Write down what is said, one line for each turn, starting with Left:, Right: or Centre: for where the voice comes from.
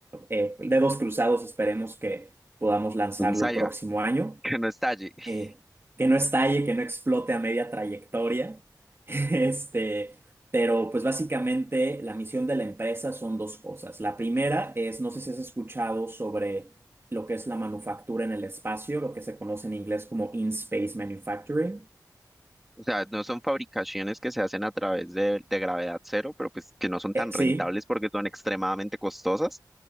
Right: eh, dedos cruzados, esperemos que podamos lanzarlo
Centre: pues sí salga,
Right: el próximo año,
Centre: <laughs> que no estalle. <laughs>
Right: eh, que no estalle, que no explote a media trayectoria. <laughs> Este, pero pues básicamente la misión de la empresa son dos cosas. La primera es, no sé si has escuchado sobre lo que es la manufactura en el espacio, lo que se conoce en inglés como in-space manufacturing.
Centre: O sea, no son fabricaciones que se hacen a través de, de gravedad cero, pero pues que no son tan
Right: Eh, sí.
Centre: rentables porque son extremadamente costosas.